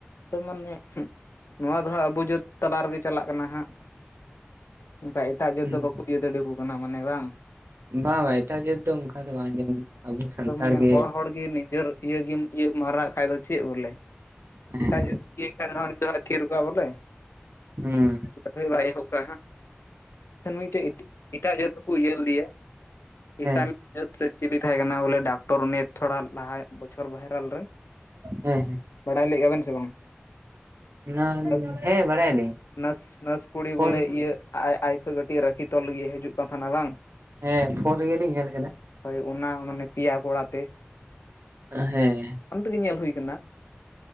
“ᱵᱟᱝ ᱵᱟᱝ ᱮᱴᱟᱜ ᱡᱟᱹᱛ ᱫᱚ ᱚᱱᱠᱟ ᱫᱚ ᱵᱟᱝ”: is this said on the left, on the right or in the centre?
Right